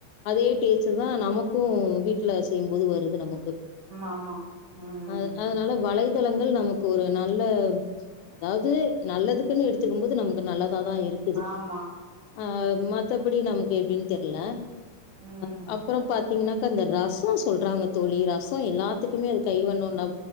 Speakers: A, on the left (about 80°); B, on the right (about 70°).
A: அதே டேஸ்ட் அதன் நமக்கும் வீட்ல செய்யும்போது வருது நமக்கு
B: ஆமா ஆமா ம்
A: அ அதனால வலைத்தளங்கள் நமக்கு ஒரு நல்ல அதாது நல்லதுக்குன்னு எடுத்துக்கும் போது நமக்கு நல்லதா தா இருக் க்குது
B: ஆமா
A: அ மத்தப்படி நமக்கு எப்டின்னு தெரில
B: ம்
A: அ அப்பறம் பாத்தீங்கனாக்கா அந்த ரசம் சொல்றாங்க தோழி ரசம் எல்லாத்துக்குமே அது கை வண்ணம்னா